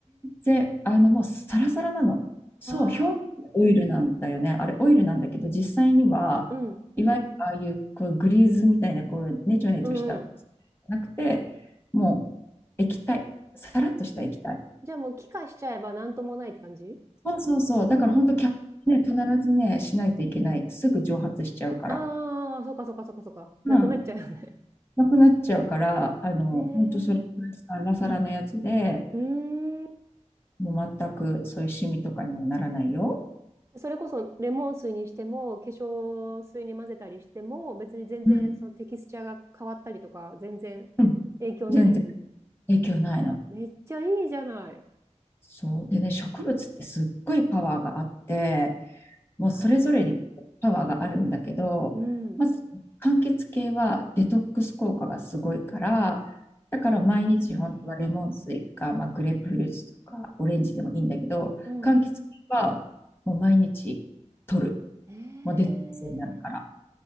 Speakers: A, on the left; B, on the right.
A: で、あの、もうサラサラなの。そう、
B: ああ
A: 表面オイルなんだよね。あれ、オイルなんだけど、実際には、
B: うん。
A: いわゆるああいう、こう、グリーズみたいな、こう、ネチョネチョした、
B: うんうん。
A: なくて、もう、液体。さらっとした液体。
B: じゃあもう気化しちゃえばなんともないって感じ
A: そうそうそう。だから本当キャップね、
B: あ、
A: 必ずね、しないといけない。すぐ蒸発しちゃうから。
B: ああー、ああそっかそっかそっかそっか。
A: うん。
B: なくなっちゃうよね。
A: なくなっちゃうから、あの、
B: へ
A: 本当それぐらいサラサラのやつで、
B: え。うーん。じ
A: もう全くそういうシミとかにはならないよ。
B: ゃあそれこそレモン水にしても、化粧水に混ぜたりしても、別に全然そのテキスチャーが変わったりとか、
A: うん、
B: 全然影響ない。
A: うん全然影響ないの。
B: めっちゃいいじゃない。
A: そう。でね、植物ってすっごいパワーがあって、もうそれぞれにパワーがあるんだけど、
B: ああ、うん。
A: まず、柑橘系はデトックス効果がすごいから、だから毎日本当はレモン水か、
B: へえ、
A: まあ、グレープフルーツとかオレンジでもいいんだけど、
B: うん。
A: 柑橘系はもう毎日取る。
B: へえ、
A: もうデトックスになるから。